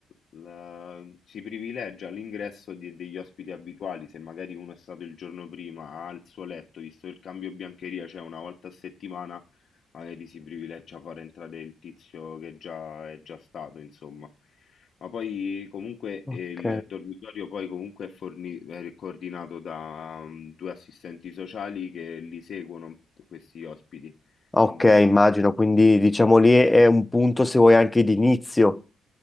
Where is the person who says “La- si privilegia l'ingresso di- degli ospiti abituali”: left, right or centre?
Left